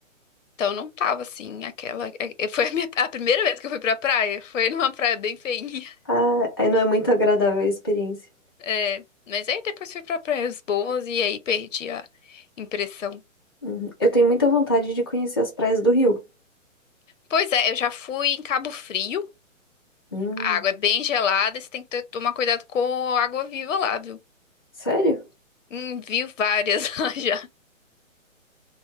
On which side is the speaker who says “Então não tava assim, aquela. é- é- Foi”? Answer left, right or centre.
Left